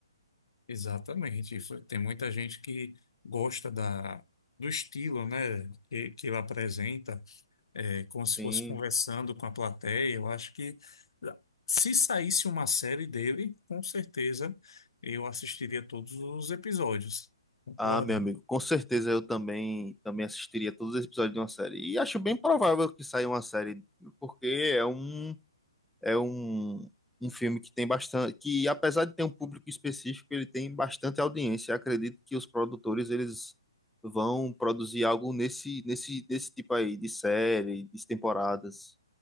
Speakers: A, on the left (about 65°); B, in the centre.
A: Exatamente. Isso. Tem muita gente que gosta da, do estilo, né, que, que ele apresenta, é, como se
B: Sim.
A: fosse conversando com a plateia. Eu acho que ah, se saísse uma série dele, com certeza eu assistiria todos os episódios. Concorda?
B: Ah, meu amigo, com certeza eu também também assistiria todos os episódios de uma série. E acho bem provável que saia uma série, porque é um é um, um filme que tem bastante, que apesar de ter um público específico, ele tem bastante audiência. Acredito que os produtores eles vão produzir algo nesse nesse desse tipo aí de série, de temporadas.